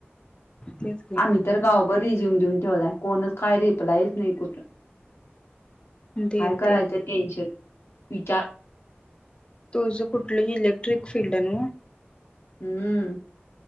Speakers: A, on the left; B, on the left.
A: तेच की
B: आम्ही तर गावभर रिझ्यूम देऊन ठेवलाय कोणच काय रिपलाहीच नाही कुठ
A: ते
B: काय करायचं
A: ते
B: टेन्शन विचार
A: तुझं कुठलंही इलेक्ट्रिक फीलल््डण
B: हम्म